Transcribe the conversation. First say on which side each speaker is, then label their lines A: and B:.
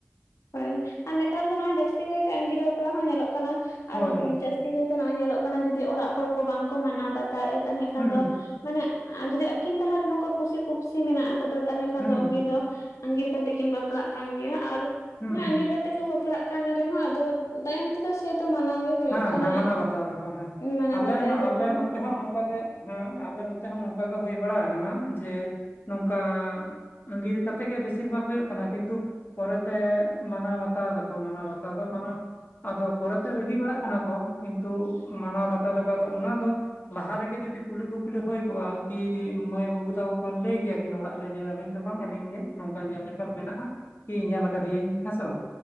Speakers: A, on the left (about 85°); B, on the left (about 45°).
A: ᱦᱳᱭ ᱟᱨ ᱱᱮᱛᱟᱨ ᱫᱚ ᱱᱚᱜᱼᱚᱭ ᱡᱟᱹᱥᱛᱤ ᱠᱟᱭᱛᱮ ᱟᱜᱤᱨ ᱵᱟᱯᱞᱟ ᱦᱚᱸ ᱧᱮᱞᱚᱜ ᱠᱟᱱᱟ᱾ ᱟᱨ
B: ᱦᱳᱭ ᱦᱳᱭ
A: ᱡᱟᱹᱥᱛᱤ ᱠᱟᱭᱛᱮ ᱱᱚᱜᱼᱚᱭ ᱧᱮᱞᱚᱜ ᱠᱟᱱᱟ ᱡᱩᱫᱤ ᱚᱲᱟᱜ ᱦᱚᱲ ᱠᱚ ᱵᱟᱝᱠᱚ ᱢᱟᱱᱟᱣ ᱵᱟᱛ ᱛᱟᱣᱮᱫᱼᱟ ᱛᱟᱦᱚᱞᱮ ᱠᱷᱟᱱ
B: ᱦᱩᱸ ᱦᱩᱸ
A: ᱫᱚ ᱢᱟᱱᱮ ᱡᱩᱫᱤ ᱟᱹᱠᱤᱱ ᱛᱟᱞᱟᱨᱮ ᱱᱚᱝᱠᱟ ᱠᱩᱥᱤ ᱠᱩᱯᱥᱤ ᱢᱮᱱᱟᱜᱼᱟ ᱛᱚ ᱫᱚ ᱛᱟᱦᱞᱮ ᱠᱷᱟᱱ
B: ᱦᱩᱸ
A: ᱫᱚ ᱩᱱᱠᱤᱱ
B: ᱦᱩᱸ
A: ᱫᱚ ᱟᱸᱜᱤᱨ ᱠᱟᱛᱮ ᱠᱤᱱ ᱵᱟᱯᱞᱟᱜ ᱠᱟᱱ ᱜᱮᱭᱟ ᱟᱨ
B: ᱦᱩᱸ
A: ᱟᱸᱜᱤᱨ
B: ᱦᱩᱸ
A: ᱠᱟ ᱛᱮᱠᱚ ᱵᱟᱯᱞᱟᱜ ᱠᱟᱱ ᱨᱮᱦᱚᱸ ᱟᱫᱚ ᱛᱟᱭᱚᱢ ᱛᱮᱫᱚ ᱥᱮ ᱛᱚ ᱢᱟᱱᱟᱣ ᱜᱮ ᱦᱩᱭᱩᱜ
B: ᱦᱮᱸ
A: ᱠᱟᱱᱟ
B: ᱦᱮᱸ ᱢᱟᱱᱟᱣ ᱵᱟᱛᱟᱣ ᱫᱟᱠᱚ ᱦᱮᱸ
A: ᱢᱟᱱᱟᱣ
B: ᱟᱞᱮ
A: ᱵᱟᱛᱟᱭ ᱫᱟᱠᱚ
B: ᱟᱞᱮ
A: ᱦᱮᱸ
B: ᱱᱚᱛᱮ ᱦᱚᱸ ᱱᱚᱱ ᱝᱠᱟ ᱜᱮ ᱦᱮᱸ ᱟᱞᱮ ᱱᱚᱛᱮ ᱦᱚᱸ ᱱᱚᱝᱠᱟ ᱜᱮ ᱦᱩᱭ ᱵᱟᱲᱟ ᱠᱟᱱᱟ ᱡᱮ ᱱᱚᱝᱠᱟ ᱟᱸᱜᱤᱨ ᱠᱟᱛᱮᱜ ᱜᱮ ᱵᱮᱥᱤᱨ ᱵᱷᱟᱜᱽ ᱦᱩᱭᱩᱜ ᱠᱟᱱᱟ ᱠᱤᱱᱛᱩ ᱯᱚᱨᱮᱛᱮ ᱢᱟᱱᱟᱣ ᱵᱟᱛᱟᱣ ᱫᱟᱠᱚ ᱢᱟᱱᱟᱣ ᱵᱟᱛᱟᱣ ᱫᱚ ᱢᱟᱱᱟᱣ ᱟᱫᱚ ᱯᱚᱨᱮᱛᱮ ᱨᱟᱹᱜᱤ ᱵᱟᱲᱟᱜ ᱠᱟᱱᱟ ᱠᱚ ᱠᱤᱱᱛᱩ ᱢᱟᱱᱟᱣ ᱵᱟᱛᱟᱣ ᱛᱟᱠᱚᱣᱟ ᱛᱚ ᱚᱱᱟ ᱫᱚ ᱞᱟᱦᱟ ᱨᱮᱜᱮ ᱡᱩᱫᱤ ᱠᱩᱞᱤ ᱠᱩᱯᱞᱤ ᱦᱩᱭ ᱠᱚᱜᱼᱟ ᱠᱤ ᱢᱟᱹᱭ ᱵᱟ. ᱵᱟᱹᱵᱩ ᱛᱟᱠᱚ ᱠᱚ ᱞᱟᱹᱭ ᱠᱮᱭᱟ ᱠᱤᱱ ᱚᱲᱟᱜ ᱨᱮ ᱡᱮ ᱟᱹᱞᱤᱧ ᱫᱚ ᱵᱟᱝ ᱟᱹᱞᱤᱧ ᱜᱮ ᱱᱚᱝᱠᱟ ᱧᱮᱞ ᱧᱮᱯᱮᱞ ᱢᱮᱱᱟᱜᱼᱟ ᱠᱤ ᱧᱮᱞ ᱟᱠᱟᱫᱮᱭᱟᱹᱧ ᱦᱮᱸ ᱥᱮ ᱵᱟᱝ